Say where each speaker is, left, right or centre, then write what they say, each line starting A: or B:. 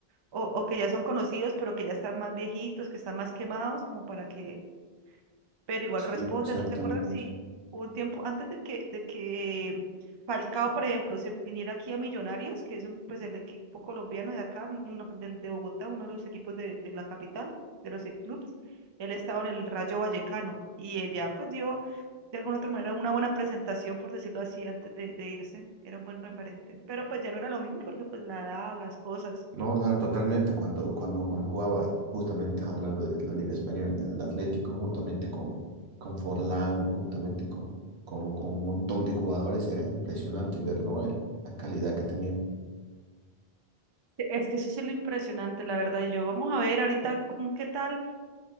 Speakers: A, on the right; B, on the right.
A: o, o que ya son conocidos, pero que ya están más viejitos, que están más quemados, como para que pero igual
B: sí,
A: responde,
B: exactamente.
A: no se acuerdan si hubo un tiempo antes de que, de que Falcao, por ejemplo, se viniera aquí a Millonarios, que es un, pues el equipo colombiano de acá, uno del- de, Bogotá, uno de los equipos de, de la capital, de los clubes, él estaba en el Rayo Vallecano y él ya pues dio de alguna otra manera una buena presentación, por decirlo así, antes de, de irse, era un buen referente, pero pues ya no era lo mismo porque pues la edad, las cosas.
B: No, o sea, totalmente, cuando, cuando, cuando jugaba, justamente hablando de la Liga Española, en el Atlético, juntamente con, con Forlán, juntamente con, con, con un montón de jugadores, era impresionante ver, ¿no? El- la calidad que tenía.
A: Es que eso es lo impresionante, la verdad. Yo vamos a ver ahorita cómo- qué tal,